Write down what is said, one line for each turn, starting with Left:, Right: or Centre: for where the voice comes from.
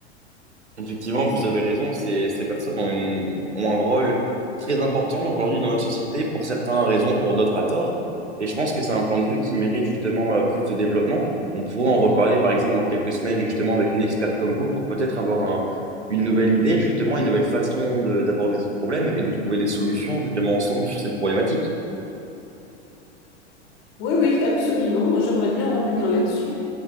Right: Effectivement, vous avez raison, ces, ces personnes ont, une, ont un rôle très important aujourd'hui dans notre société, pour certains à raison, pour d'autres à tort. Et je pense que c'est un point de vue qui mérite justement euh, plus de développement. On pourrait en reparler par exemple dans quelques semaines justement avec une experte comme vous pour peut-être avoir un- une nouvelle idée justement, une nouvelle façon de- d'aborder ce problème et de trouver des solutions justement ensemble sur cette problématique.
Left: Oui, oui, absolument. J'aimerais bien revenir là-dessus.